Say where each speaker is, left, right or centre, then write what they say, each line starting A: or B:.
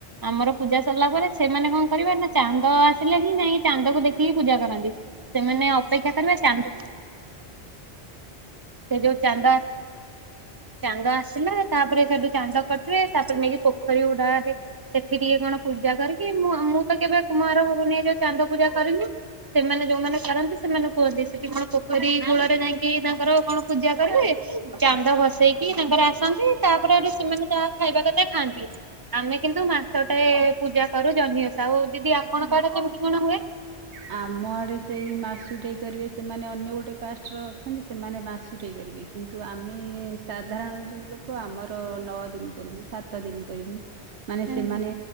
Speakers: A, on the right (about 25°); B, on the right (about 75°).
A: ଆମର ପୂଜା ସରିଲା ପରେ ସେମାନେ କଣ କରିବେ ନା, ଚାନ୍ଦ ଆସିଲେ ହିଁ ଯାଇକି ଚାନ୍ଦକୁ ଦେଖିକି ପୂଜା କରନ୍ତି ସେମାନେ ଅପେକ୍ଷା କରିବେ ଚାନ୍ଦ, ସେ ଯୋଉ ଚାନ୍ଦା ଚାନ୍ଦ ଆସିଲା ତାପରେ ସେଠୁ ଚାନ୍ଦ କରିଥିବେ ତାପରେ ନେଇକି ପୋଖରୀ ଉଡାରେ, ସେଠି ଟିକେକଣ ପୂଜା କରିକି, ମୁ ମୁଁ ତ କେବେ କୁମାର ପୁନେଇ ରେ ଚାନ୍ଦ ପୂଜା କରେନି ସେମାନେ ଯୋଉମାନେ କରନ୍ତି ସେମାନେ କୁହନ୍ତି ସେଠିକଣ ପୋଖରୀକୂଳରେ ଯାଇକି ତାଙ୍କର କଣ ପୂଜା କରିବେ ଚାନ୍ଦ ବସେଇକି ତାଙ୍କର ଆସନ୍ତି ତାପରେ ଆ ସେମାନେ ଯହା ଖାଇବା କେଥା ଖାଆନ୍ତି, ଆମେ କିନ୍ତୁ ମାସଟା ପୂଜାକରୁ ଜହ୍ନିଓଷା, ଆଉ ଦିଦିଆପଣ ସିୟାଡେ କେମିତି କଣ ହୁଏ?
B: ଆମ ଆଡେ ସେଇ ମାସୁଟେଇ କରିବେ ସେମାନେ ଅନ୍ୟ ଗୋଟେ କାଷ୍ଟର ଅଛନ୍ତି ସେମାନେ ବାସୁଟେଇ କରିବେ କିନ୍ତୁ ଆମେ ସା କାରଣ ଯୋଉଲୋକ, ଆମର ନଅଦିନ କରିବୁ ସାତଦିନ କରିବୁ ମାନେ
A: ହୁଁ
B: ସେମାନେ
A: ହୁଁ